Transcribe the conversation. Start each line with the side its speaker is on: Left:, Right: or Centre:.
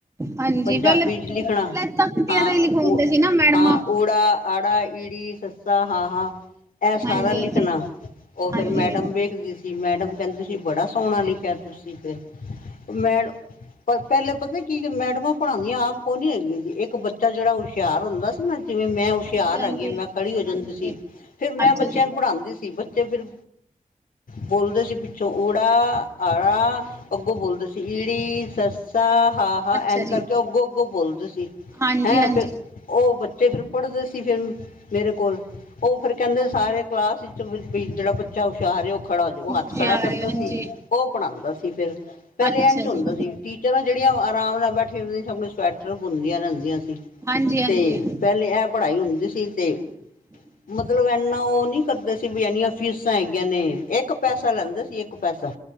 Right: ਹਾਂਜੀ
Left: ਪੰਜਾਬੀ
Right: ਪਹਿਲੇ
Left: ਚ ਲਿਖਣਾ-
Right: ਪਹਿਲੇ ਤਖ਼ਤੀਆਂ
Left: ਹਾਂ।
Right: ਦਾ ਹੀ ਲਿਖਵਾਉਂਦੇ
Left: ਉਹ
Right: ਸੀ ਨਾ ਮੈਡਮਾਂ
Left: ਹਾਂ ਓੜਾ ਆੜਾ, ਈੜੀ, ਸੱਸਾ, ਹਾ -ਹਾ। ਇਹ ਸਾਰਾ
Right: ਹਾਂਜੀ
Left: ਲਿਖਣਾ,
Right: ਹਾਂਜੀ
Left: ਉਹ ਫਿਰ
Right: ਹਾਂਜੀ
Left: ਮੈਡਮ ਵੇਖਦੀ ਸੀ। ਅਤੇ ਮੈਡਮ ਕਹਿੰਦੇ ਸੀ ਬੜਾ ਸੋਹਣਾ ਲਿਖਿਆ ਤੁਸੀਂ ਤੇ ਮੈਂ ਪਹਿਲੇ ਪ ਕੀ ਮੈਡਮਾਂ ਪੜਾਂਦੀਆਂ ਆਪ ਕੋੌ ਨੀ ਹੈਗੀਆਂ ਸੀ ਇੱਕ ਬੱਚਾ ਜਿਹੜਾ ਹੁਸ਼ਿਆਰ ਹੁੰਦਾ ਸੀ ਮ ਜਿਵੇਂ ਮੈਂ ਹੁਸ਼ਿਆਰ
Right: ਹਾਂਜੀ ਹਾਂਜੀ
Left: ਆ ਗ ਮੈਂ ਖੜੀ ਹੋ ਜਾਂਦੀ
Right: ਹਾਂਜੀ
Left: ਸੀ ਫਿਰ ਮੈਂ
Right: ਅੱਛਾ
Left: ਬੱਚਿਆਂ
Right: ਜੀ
Left: ਨੂੰ ਪੜ੍ਹਾਉਂਦੀ ਸੀ ਬੱਚੇ ਫਿਰ ਬੋਲਦੇ ਸੀ ਪਿੱਛੋਂ ੜਾ ਆੜ ਅੱਗੋਂ ਬੋਲਦੇ ਸੀ ਈੜੀ ਸ ਸ ਹ ਹਾਂ
Right: ਅੱਛਾ
Left: ਇਂਝ
Right: ਜੀ
Left: ਕਰਕੇ ਉਹ ਅੱਗੋਂ ਅੱਗੋਂ ਬੋਲਦੇ ਸੀ
Right: ਹਾਂਜੀ-ਹਾਂਜੀ,
Left: ਹੈਂ ਫਿਰ ਉਹ ਬੱਚ ਤੇ ਫਿਰ ਪੜਦੇ ਸੀ ਫਿਰ ਮੇਰੇ ਕੋਲ ਉਹ ਫਿਰ ਕਹਿੰਦੇ ਸਾਰੇ ਕਲਾਸ ਵਿੱਚ ਜਿਹੜਾ ਬੱਚਾ ਹੁਸ਼ਿਆਾਰ ਉਹ ਖੜਾ ਹੋ ਜਾਵੇ ਉਹ ਹੱਥ
Right: ਜੀ
Left: ਖੜਾ
Right: ਆ
Left: ਕਰਦਾ
Right: ਰਹੇ ਹਾਂਜੀ,
Left: ਸੀ ਉਹ ਪੜਾਉਂਦਾ ਸੀ ਫਿਰ ਪਹਿਲੇ
Right: ਅੱਛਾ
Left: ਇੰਝ ਹੁੰਦਾ
Right: ਜੀ।
Left: ਸੀ ਟੀਚਰਾਂ ਜਿਹੜੀਆਂ ਆਰਾਮ ਨਾਲ ਬੈਠੇ ਰਦੀਆਂ ਸਣੇ ਸਵੈਟਰ ਬੁਣਦੀਆਂ ਰਹਿੰਦੀਆਂ ਸੀ
Right: ਹਾਂਜੀ-ਹਾਂਜੀ,
Left: ਤੇ
Right: ਹਾਂਜੀ।
Left: ਪਹਿਲੇ ਇਹ ਪੜ੍ਹਾਈ ਹੁੰਦੀ ਸੀ ਤੇ
Right: <inaudible>
Left: ਮਤਲਬ ਇਨਾ ਉਹ ਨਹੀਂ ਕਰਦੇ ਸੀ ਵੀ ਇਨੀਆਂ ਫੀਸਾਂ ਹੈਗੀਆਂ ਨੇ ਇੱਕ ਪੈਸਾ ਲੈਂਦੇ ਸੀ ਇੱਕ ਪੈਸਾ